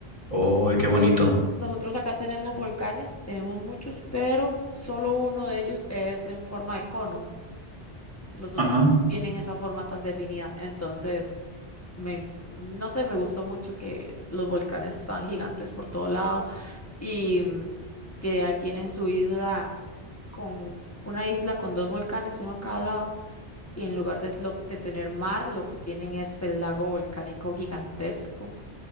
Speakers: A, on the right; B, on the left.
A: Oh, qué
B: Nosotros,
A: bonito.
B: nosotros acá tenemos
A: Sí.
B: volcanes, tenemos muchos, pero solo uno de ellos es en forma de cono. Los otros
A: Ajá.
B: no tienen esa forma tan definida. Entonces, me, no sé, me gustó mucho que los volcanes estaban gigantes por todo lado y mm, que ahí tienen su isla con una isla con dos volcanes, uno a cada lado. Y en lugar de, lo- de tener mar, lo que tienen es el lago volcánico gigantesco